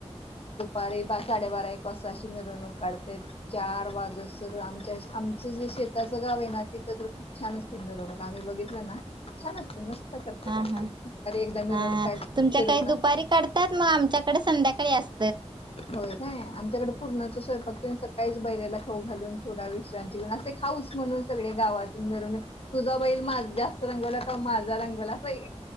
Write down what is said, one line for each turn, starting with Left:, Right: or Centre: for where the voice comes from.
Left: सकाळी साडेबारा एक वाजता अशी मिरवणूक काढते चार वाजसर आमच्या आमच जे शेताचं गाव आहे ना तिथं तर खूप छान असते मिरवणूक आम्ही बघितलं ना छान असते मस्त करतात
Right: हा
Left: अगदी
Right: हा
Left: अरे एकदा मिरवणूक
Right: हा
Left: काढ
Right: ह तुमच्या
Left: फिरवून
Right: काही दुपारी
Left: आण
Right: काढतात मग आमच्याकडे संध्याकाळी असतात
Left: होय काय आणिम त्याकडे पूर्णाच स्वयंपाक सकाळीच बैलाला घालून थोडा विश्रांती घऊन असे खाऊस म्हणून सगळे गावातून घरून तुझा बैल मा जास्त रंगवला कि माझा रंगवला अस एक